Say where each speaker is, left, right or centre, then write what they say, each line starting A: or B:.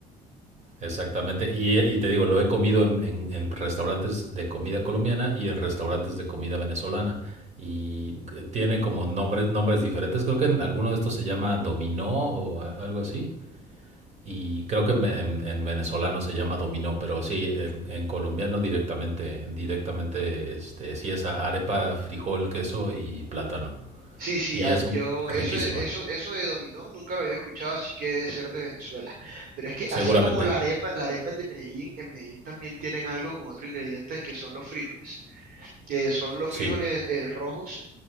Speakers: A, on the right; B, on the right.
A: Exactamente. Y, y te digo, lo he comido en, en- en restaurantes de comida colombiana y en restaurantes de comida venezolana. Y eh, tiene como nombres, nombres diferentes. Creo que en alguno de estos se llama dominó o a- algo así. Y creo que en, ve- en- en venezolano se llama dominó, pero sí, en, en colombiano directamente, directamente, este, sí es a- arepa, frijol, queso y plátano.
B: Sí, sí,
A: Y
B: a-
A: es
B: yo
A: riquísima,
B: eso, eso, eso de dominó nunca lo había escuchado, así que debe ser de Venezuela. Pero es que
A: seguramente.
B: así como la arepa, la arepa es de Medellín, en Medellín también tienen algo con otro ingrediente que son los frijoles, que son los
A: Sí,
B: frijoles eh, rojos,